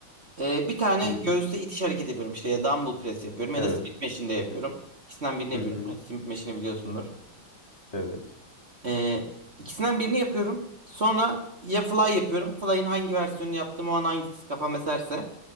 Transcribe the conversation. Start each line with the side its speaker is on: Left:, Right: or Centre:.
Right: E, bir tane
Left: hı.
Right: göğüste
Left: hı.
Right: itiş hareketi yapıyorum. İşte ya dumbbell press yapıyorum ya
Left: Evet.
Right: da smith machine'de yapıyorum. İkisinden birini yapıyorum.
Left: Hı hı.
Right: Hani Smith machine'i biliyorsundur.
Left: Evet.
Right: E, ikisinden birini yapıyorum. Sonra ya fly yapıyorum. Fly'in hangi versiyonunu yaptığım o an hangisi kafam eserse.